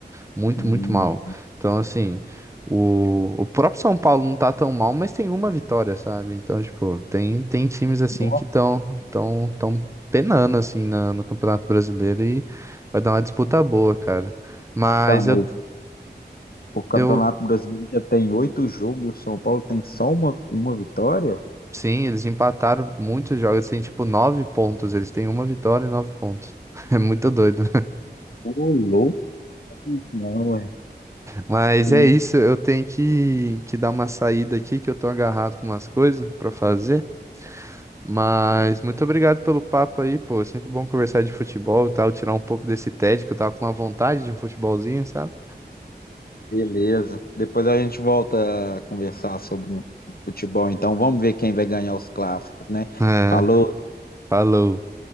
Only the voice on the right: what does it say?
Muito,
muito mal. Então, assim, o, o próprio São Paulo não tá tão mal, mas tem uma vitória, sabe? Então, tipo, tem, tem times assim
que estão tão, tão tão penando assim na- no Campeonato Brasileiro e vai dar uma disputa boa, cara. Mas
eu,
eu
sim, eles empataram muitos jogos, tem tipo nove pontos. Eles têm uma vitória e nove pontos. <laughs> É muito doido.
Mas
é isso, eu tenho que, que dar uma saída aqui, que eu tô agarrado com umas coisas pra fazer. Mas muito obrigado pelo papo aí, pô. Sempre bom conversar de futebol e tal, tirar um pouco desse tédio que eu tava com uma vontade de um futebolzinho, sabe?
É,
Falou.